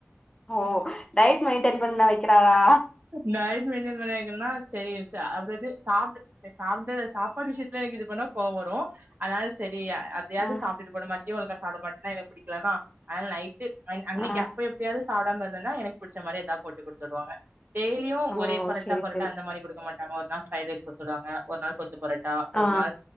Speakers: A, on the left; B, on the right.
A: ஓ டயட் மெயின்டென் பண்ண வைக்கிறாளா
B: டயட் மெயிடன் பன்னா வைக்கிலனா சரி சாப்டு சாப்ட்டுட்டு சரி சாப்பிடு சாப்பாடு விஷயத்துல எனக்கு இது பண்ணா கோவோ வரு அதனால செரி எதாவது
A: ஆ
B: சாப்பிட்டு போடமாட்டியோ டீ உருக்க சாமாட்டியா எனக்கு பிடிக்கலனா ஆனால நைட்டு அன்னக்கி
A: ஆ
B: அப்பியை எப்பயாவது சாப்டாம இருந்தேனா எனக்கு புடிச்ச மாரி ஏதா போட்டு குடுத்துடுவாங்க டெய்லியு
A: ஓ
B: ஒரே பொரட்டா
A: செரி
B: பொரட்டா
A: செரி
B: அந்த மாரி குடுக்க மாட்டாங்க ஒரு நாள் ஃப்ரைட் ரைஸ் குடுத்துடுவிடுவாங்க ஒரு நாள் கொத் து பொரட்டா ஒரு
A: ஆ
B: நாள்